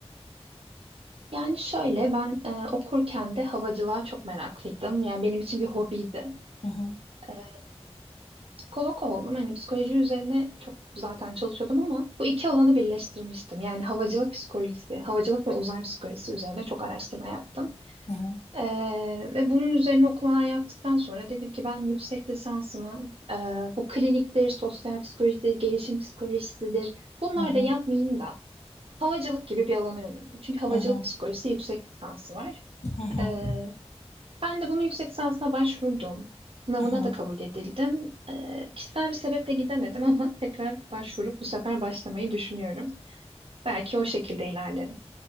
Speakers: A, on the right; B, on the left.
A: Yani şöyle ben e, okurken de havacılığa çok meraklıydım. Yani benim için bir hobiydi.
B: Hı hı,
A: E, psikolog oldum. Hani psikoloji üzerine çok zaten çalışıyordum ama bu iki alanı birleştirmiştim. Yani havacılık psikolojisi, havacılık ve uzay psikolojisi üzerine çok araştırma yaptım.
B: hı hı,
A: Ee, ve bunun üzerine okumalar yaptıktan sonra dedim ki ben yüksek lisansımı e, bu kliniktir, sosyal psikolojidir, gelişim psikolojisidir bunlar
B: hı hı,
A: da yapmayayım da havacılık gibi bir alana yöneldim. Çünkü havacılık
B: hı hı,
A: psikolojisi yüksek lisansı var.
B: hı hı,
A: Ee, ben de bunu yüksek lisansına başvurdum. Sınavına
B: hı hı.
A: da kabul edildim. Ee, kişisel bir sebeple gidemedim <laughs> ama tekrar başvurup bu sefer başlamayı düşünüyorum. Belki o şekilde ilerlerim.